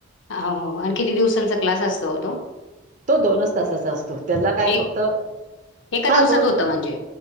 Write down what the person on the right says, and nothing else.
तो दोनच तासाचा असतो त्याला काय
फक्त
हा
दोन
तास